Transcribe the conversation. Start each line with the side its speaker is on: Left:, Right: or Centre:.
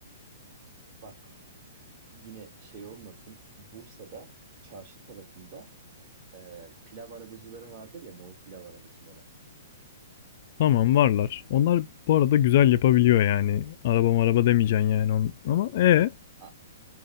Right: Bak yine şey olmasın. Bursa'da çarşı tarafında e, pilav arabacıları vardır ya nohut pilav arabacıları.
Left: Tamam varlar. Onlar bu arada güzel yapabiliyor yani. Araba araba demeyeceksin yani on. Ama e
Right: A-